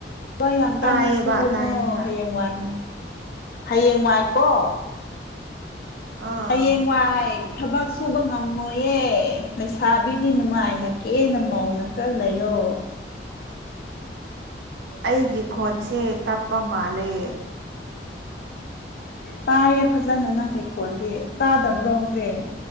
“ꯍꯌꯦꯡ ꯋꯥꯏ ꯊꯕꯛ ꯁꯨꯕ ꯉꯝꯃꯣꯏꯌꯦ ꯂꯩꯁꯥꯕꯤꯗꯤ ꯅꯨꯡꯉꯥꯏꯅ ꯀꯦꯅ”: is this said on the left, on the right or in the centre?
Left